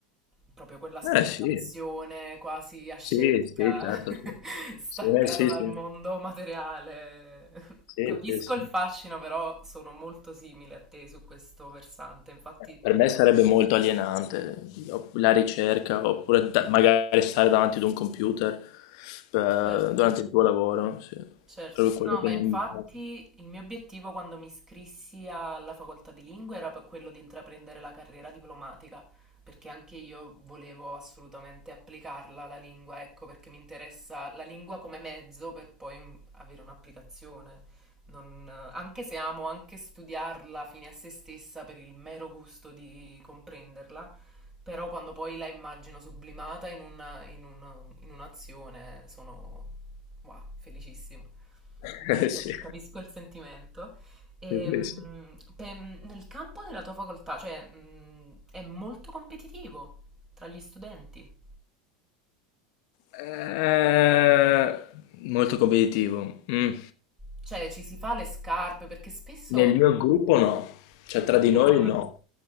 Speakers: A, on the right; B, on the left.
A: Proprio quella speculazione
B: Eh sì,
A: quasi ascetica,
B: sì, sì, certo,
A: <laughs>
B: sì.
A: staccata
B: Sì, eh, sì,
A: dal
B: sì,
A: mondo materiale.
B: sì,
A: Capisco
B: sì, sì.
A: il fascino, però sono molto simile a te su questo versante. Infatti,
B: Per me sarebbe molto
A: sì,
B: alienante o- la ricerca, oppure da- magari stare davanti ad un computer eh,
A: certo.
B: durante il tuo lavoro, sì.
A: Certo,
B: Proprio quello
A: no,
B: che
A: ma
B: non
A: infatti
B: mi piace.
A: il mio obiettivo quando mi iscrissi alla facoltà di lingue era per quello di intraprendere la carriera diplomatica, perché anche io volevo assolutamente applicarla la lingua, ecco, perché mi interessa la lingua come mezzo per poi mm, avere un'applicazione. Non- anche se amo anche studiarla fine a se stessa per il mero gusto di comprenderla, però quando poi la immagino sublimata in, una- in un- in un'azione sono wow, felicissima.
B: <laughs>
A: Quindi
B: Eh, Sì.
A: capi- capisco il sentimento. Ehm,
B: Sì, sì, sì.
A: pe- nel campo della tua facoltà, cioè, mh, è molto competitivo tra gli studenti.
B: Eh, molto competitivo. Mm.
A: Cioè, ci si fa le scarpe perché spesso...
B: Nel mio gruppo no, cioè
A: <laughs>
B: tra di
A: Meno
B: noi
A: male.
B: no.